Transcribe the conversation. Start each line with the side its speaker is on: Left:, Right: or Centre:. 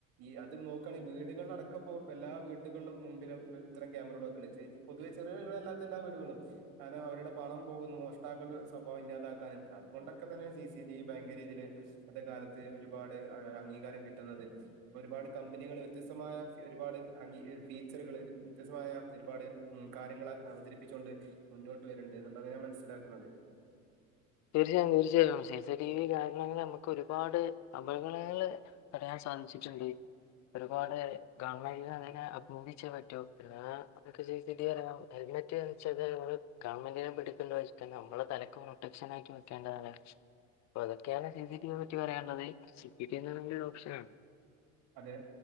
Right: ഈ അത് നോ ക്കണങ്കിൽ വീടുകളിൽടക്കപ്പോ എല്ലാ വീടുകളിലും മുമ്പിലും ഇത്രം ക്യാമറകൾ വെക്ക <unintelligible> പൊതുവെ ചെറിയ വടുകളൾല്ലാത്തല്ലാ എല്ലാം വീടുകളും കാരണം അവരുടെ പണം പോകുന്നു മോഷ്ടാക്കൾ ഒരു സംഭവം ഇല്ലാതാക്കാനും അതുകൊണ്ടൊക്കെ തന്നെ സി സി ടി വി ഭയങ്കര രീതിയില് ഇപ്പത്തെ കാലത്ത് ഒരുപാട് ഹെ അംഗീകാരം കിട്ടുന്നത് അപ്പൊ ഒരുപാട് കമ്പ നികൾ വ്യത്യസ്തമായ ഫി ഒരുപാട് അങ്കി ഫീച്ചറുകൾ വ്യത്യസ്തമായ ഒരുപാട് ഉ കാര്യങ്ങളെ അവതരിപ്പിച്ചൊണ്ട് മുന്നോട്ട് വരുന്നുണ്ട് എന്നുള്ളത് ഞാൻ മനസ്സിലാക്കുന്നത്
Left: തീർച്ചയായും തീർച്ചയായും സി സി ടി വി കാരണ നമുക്ക് ഒരുപാട് അപകടങ്ങൾ തടയാൻ സാധിച്ചിട്ടുണ്ട് ഒരുപാട് ഗവൺമെന്റിന് അതിനെ അഭിനന്ദിച്ചേ പറ്റോ പിന്നെ അതൊക്കെ ചെയ്തിട്ടെ ഹെൽമെറ്റ് എ വെച്ച് കഴിഞ്ഞ നമ്മള് ഗവൺമെന്റിനെ പിടിക്കോാ നമ്മള് തലക്കും പ്രക്ഷനയിട്ട് വെക്കേണ്ടതാണ് <unintelligible> അപ്പ അതോക്കെയാണ് സി സി ടി വിയെ പറ്റി പറയാനിള്ളത് സി സ ടി എന്ന് പറ ഒരു ഓപ്ഷനാണ്.
Right: അതെ